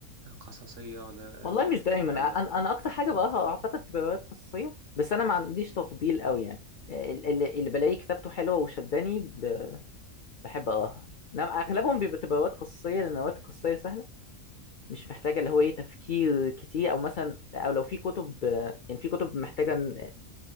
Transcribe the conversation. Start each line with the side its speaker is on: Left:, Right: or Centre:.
Right: قصصيه ولا
Left: والله
Right: روايات
Left: مش دايما
Right: اجتماعيه
Left: انا انا اكتر حاجه بقراها اعتقد تبقى روايات قصصيه بس انا ما عنديش تفضيل قوي يعني ال- ال- اللي بلاقي كتابته حلوه وشداني ب... بحب اقراها انما اغلبهم بيبقى تبقى روايات قصصيه لان الروايات القصصيه سهله مش محتاجه اللي هو ايه تفكير كتير او مثلا او لو في كتب آه، يعني في كتب محتاجه إن-